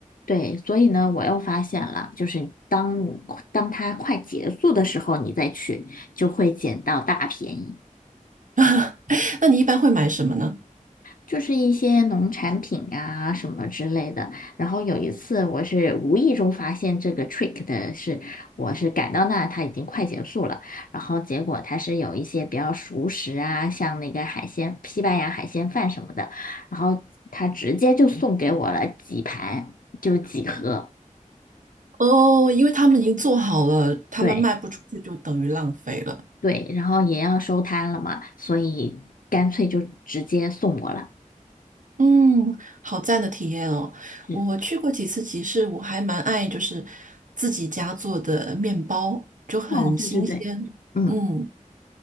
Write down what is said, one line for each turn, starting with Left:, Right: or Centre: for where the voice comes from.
Left: 对，所以呢，我又发现了，就是当你当它快结束的时候，你再去就会捡到大便宜，
Right: <laughs> 那你一般会买什么呢？
Left: 就是一些农产品啊什么之类的。然后有一次，我是无意中发现这个 trick 的是，我是赶到那它已经快结束了，然后结果它是有一些比较熟食啊，像那个海鲜，西班牙海鲜饭什么的，然后他直接就送给我了几盘，就几盒。
Right: 哦，因为他们已经做好了，他们卖不出去就等于浪费了。
Left: 对，对，然后也要收摊了嘛，所以干脆就直接送我了。
Right: 嗯，好赞的体验哦！
Left: 嗯，
Right: 我去过几次集市，我还蛮爱就是自己家做的面包，就很新鲜。
Left: 哦，对对对，嗯，
Right: 嗯，